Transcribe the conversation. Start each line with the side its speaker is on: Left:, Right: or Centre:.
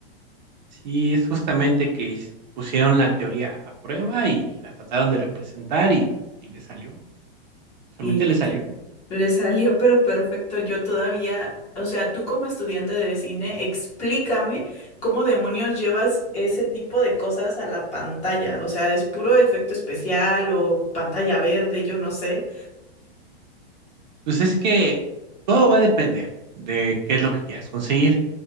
Right: Sí, es justamente que is- pusieron la teoría a prueba y la trataron de representar y, y le salió, realmente
Left: Y literal.
Right: le salió.
Left: Le salió pero perfecto. Yo todavía, o sea, tú como estudiante de cine, explícame cómo demonios llevas ese tipo de cosas a la pantalla. O sea, es puro efecto especial o pantalla verde, yo no sé.
Right: Pues es que todo va a depender de qué es lo que quieras conseguir,